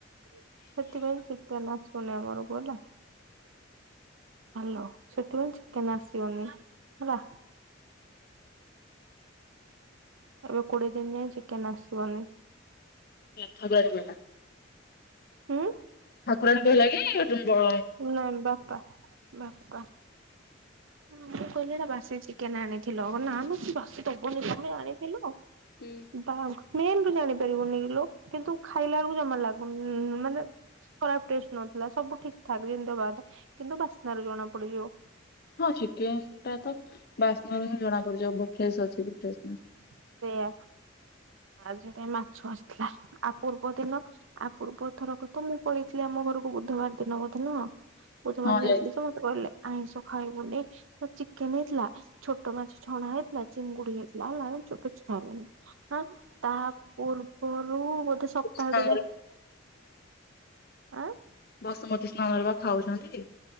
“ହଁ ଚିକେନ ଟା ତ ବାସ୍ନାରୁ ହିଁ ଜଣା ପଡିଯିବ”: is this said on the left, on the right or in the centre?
Left